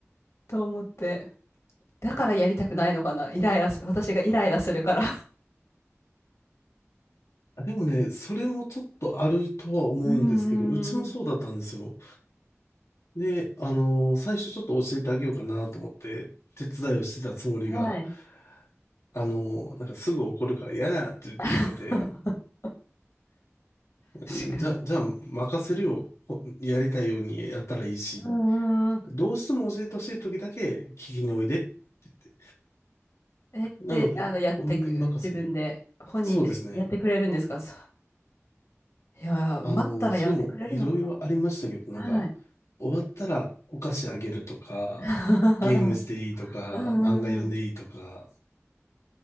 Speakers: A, on the left; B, on the left.
A: と思って。だからやりたくないのかなイライラす、私がイライラするから。
B: でもね、それもちょっとあるとは思うんですけど、
A: うー
B: うちもそうだったんですよ。
A: ん。
B: で、あの最初ちょっと教えてあげようかなと思って、手伝いをしてたつもりが、
A: はい。
B: あのなんかすぐ怒るから嫌だって言ってて、
A: <laughs> 確
B: うんじゃ、
A: かに。
B: じゃあ任せるよ。ほやりたいようにやったらいいし、
A: うーん。
B: どうしても教えてほしい時だけ聞きにおいでって言って。
A: えって、
B: なので、
A: あの、やってく、
B: 本人任せに。
A: 自分で、本人でやってくれるんですかそう
B: そうですね。
A: いやー、
B: あのそれもいろいろありましたけど、
A: 待ったらやってくれるのかな
B: なんか、
A: はい。
B: 終わったらお菓子あげるとか、
A: <laughs>
B: ゲームしていいとか、
A: うんうんうん。
B: 漫画読んでいいとか、